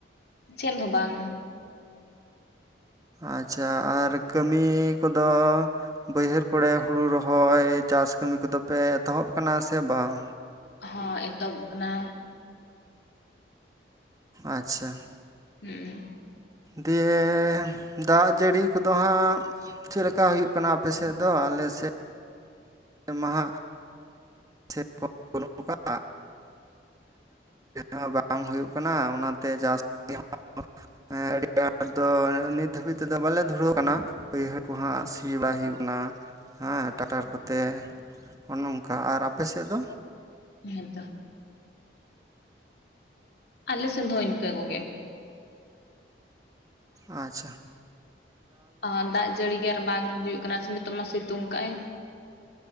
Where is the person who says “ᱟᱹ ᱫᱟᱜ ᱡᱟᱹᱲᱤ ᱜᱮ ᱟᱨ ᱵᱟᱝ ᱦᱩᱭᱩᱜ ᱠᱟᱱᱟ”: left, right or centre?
Left